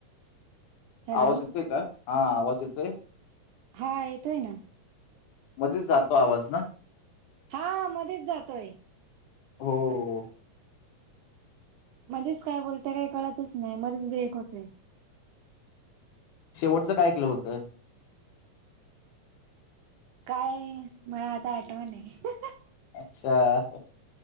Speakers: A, on the right (about 75°); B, on the left (about 70°).
A: हॅलो
B: आवाज येतोय का? हा आवाज येतोय?
A: हा येतोय ना.
B: मध्ये जातो आवाज ना?
A: हां. मधेच जातोय.
B: हो.
A: मध्येच काय बोलता काही कळतच नाही मध्येच ब्रेक होतय.
B: शेवटचं काय केलं होतं?
A: काय? मला आता आठवं नाय.
B: अच्छा.